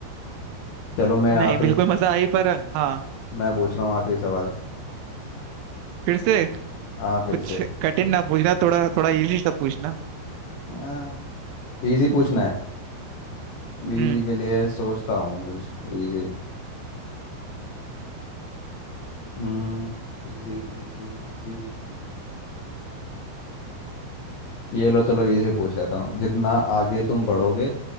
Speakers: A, on the left (about 80°); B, on the right (about 85°).
A: चलो मैं आखिरी
B: नहीं बिल्कुल मजा आई पर हाँ
A: मैं पूछ रहा हूँ आखिरी सवाल
B: फिर से
A: हाँ फिर
B: कुछ
A: से
B: कठिन ना पूछना थोड़ा थोड़ा इजी सा पूछना
A: हाँ इजी पूछना है
B: हम्म
A: इजी के लिए सोचता हूँ कुछ इजी हम्म इजी इजी इजी ये लो चलो इजी पूछ लेता हूँ जितना आगे तुम बढ़ोगे